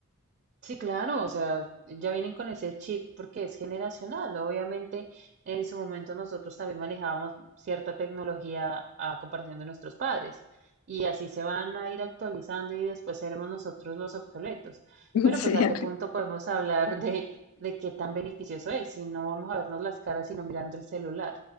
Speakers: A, on the right; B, on the left.
A: Sí, claro, o sea, ya vienen con ese chip porque es generacional. Obviamente, en su momento nosotros también manejábamos cierta tecnología a comparación de nuestros padres y así se van a ir actualizando y después seremos nosotros los obsoletos.
B: <laughs>
A: Pero
B: Sí,
A: pues a
B: en
A: qué
B: re-
A: punto podemos hablar de, de qué tan beneficioso es si no vamos a vernos las caras sino mirando el celular.